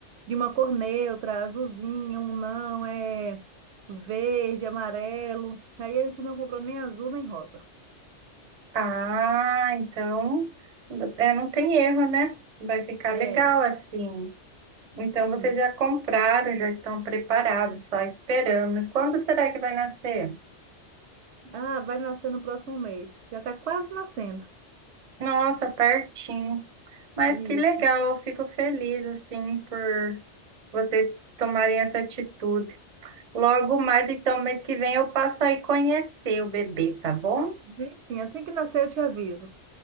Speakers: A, on the right; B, on the right.
A: de uma cor neutra, azulzinho, um não, é verde, amarelo. Aí a gente não comprou nem azul nem rosa.
B: Ah, então é, não tem erro, né? Vai ficar
A: É,
B: legal assim. Então
A: isso.
B: vocês já compraram, já estão preparados, só esperando. Quando será que vai nascer?
A: Ah, vai nascer no próximo mês. Já tá quase nascendo.
B: Nossa, pertinho. Mas
A: Isso.
B: que legal, eu fico feliz assim por vocês tomarem essa atitude. Logo mais, então, mês que vem eu passo aí conhecer o bebê, tá bom?
A: Enfim, assim que nascer eu te aviso.